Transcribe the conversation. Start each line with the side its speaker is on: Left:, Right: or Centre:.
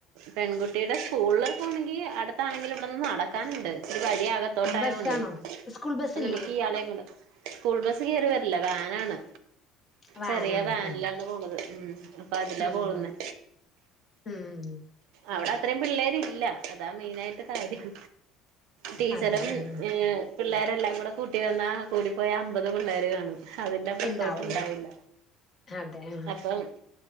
Right: പെൺകുട്ടിയുടെ സ്കൂളിലേ പോണെങ്കി അടുത്താണെങ്കിലും ഇവിടെന്ന് നടക്കാനിണ്ട്. ഒരു വഴി അകത്തോട്ടായോണ്ടെ
Left: ആഹ് ബസ്സാണോ? സ്കൂൾ ബസ്സില്ലേ?
Right: അപ്പൊ നമുക്ക് ഇയാളെ കൊണ്ട് സ്കൂൾ ബസ് കയറി വരില്ല വാനാണ്
Left: വാനാണ്.
Right: ചെറിയ വാനിലാണ്
Left: ഉം
Right: പോണത് ഉം അപ്പൊ അതിലാ
Left: ഉം
Right: പോവുന്നെ.
Left: ഉം
Right: അവടെ അത്രേം പിള്ളേരില്ല അതാ മെയിനായിട്ട് കാര്യം. ടീച്ചറും
Left: അതെ ഉം
Right: ഏഹ് പിള്ളേരെല്ലാം കൂടെ കൂട്ടി വന്നാ കൂടിപ്പോയാ അമ്പത് പിള്ളേര് കാണും. അതിന്റെ അപ്പറത്തോട്ട്
Left: ഇണ്ടാവുള്ളൂ.
Right: ഇണ്ടാവില്ല
Left: അതെ ആഹ്.
Right: അപ്പം